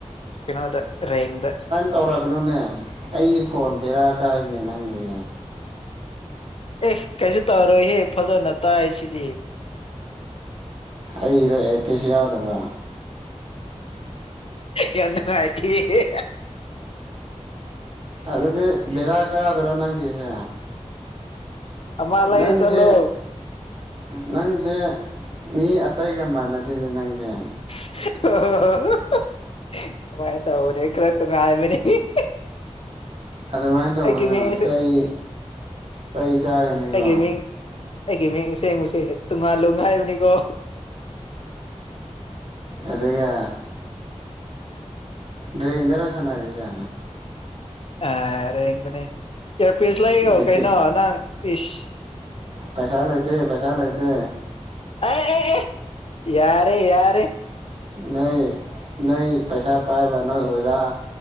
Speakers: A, on the left; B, on the right.
A: ꯀꯩꯅꯣꯗ ꯔꯦꯡꯗ
B: ꯇꯧꯔꯛꯒꯅꯨꯅꯦ ꯑꯩꯒꯤ ꯐꯣꯟ ꯕꯦꯔꯥꯀꯥꯏꯅꯦ ꯅꯪꯒꯤ
A: ꯑꯦ ꯀꯩꯁꯨ ꯇꯧꯔꯣꯏꯍꯦ ꯐꯖꯅ ꯇꯥꯏ ꯁꯤꯗꯤ
B: ꯑꯩꯗꯣ ꯑꯦꯔꯄꯤꯁ ꯌꯥꯎꯗꯕ
A: ꯌꯥꯝ ꯅꯨꯉꯥꯏꯇꯤꯌꯦ
B: ꯑꯗꯨꯗꯤ ꯕꯦꯔꯥ ꯀꯥꯗꯔꯣ ꯅꯪꯒꯤꯁꯦ
A: ꯑꯃ ꯂꯩꯔꯨ
B: ꯅꯪꯁꯦ
A: ꯆꯠꯂꯣ
B: ꯅꯪꯖꯦ ꯃꯤ ꯑꯇꯩꯒ ꯃꯥꯟꯅꯗꯦꯅꯦ ꯅꯪꯖꯦ
A: ꯑꯣ ꯍꯣ ꯍꯣ ꯍꯣ ꯑꯗꯨꯃꯥꯏꯅ ꯇꯧꯕꯅꯦ ꯈꯔ ꯇꯨꯉꯥꯏꯕꯅꯦ
B: ꯑꯗꯨꯃꯥꯏꯅ ꯇꯧꯒꯅꯨ
A: ꯑꯩꯒꯤ ꯃꯤꯡꯁꯦ
B: ꯆꯩ ꯆꯩ ꯆꯥꯒꯅꯤꯀꯣ
A: ꯑꯩꯒꯤ ꯃꯤꯡ ꯑꯩꯒꯤ ꯃꯤꯡ ꯁꯦꯡꯕꯁꯦ ꯇꯨꯉꯥꯜꯂꯨꯡ ꯍꯏꯕꯅꯤꯀꯣ
B: ꯑꯗꯨꯒ ꯗ꯭ꯔꯦꯡꯗꯔ ꯁꯅꯔꯤꯖꯦ
A: ꯑ ꯔꯦꯡꯗꯅꯦ ꯏꯌꯥꯔꯄꯤꯁ ꯂꯩꯌꯣ
B: ꯗꯤꯐꯤꯠ
A: ꯀꯩꯅꯣ ꯅꯪ ꯏ꯭ꯁ
B: ꯄꯩꯁꯥ ꯂꯩꯇꯦ ꯄꯩꯁꯥ ꯂꯩꯇꯦ
A: ꯑꯦ ꯑꯦ ꯑꯦ ꯌꯥꯔꯦ ꯌꯥꯔꯦ
B: ꯅꯣꯏ ꯅꯣꯏ ꯄꯩꯁꯥ ꯄꯥꯏꯕ ꯅꯣꯏ ꯑꯣꯖꯥ